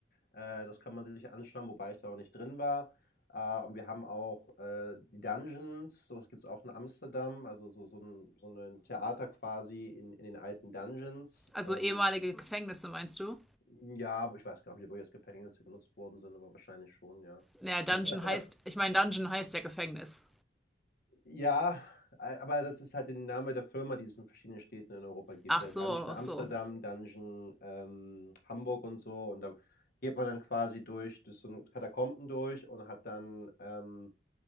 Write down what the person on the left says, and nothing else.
Äh, das kann man sich anschauen, wobei ich da auch nicht drin war. Äh, und wir haben auch äh, die Dungeons, sowas gibt es auch in Amsterdam, also so, so, ein, so ein Theater quasi in, in den alten Dungeons.
Ähm,
Hm, Ja, aber ich weiß gar nicht, wo jetzt Gefängnisse genutzt worden sind, aber wahrscheinlich schon, ja.
So Katakata.
Ja, a- aber das ist halt der Name der Firma, die es in verschiedenen Städten in Europa gibt.
Der
Dungeon
Amsterdam,
Dungeon ähm, Hamburg und so. Und da geht man dann quasi durch, durch so ein Katakomben durch und hat dann ähm,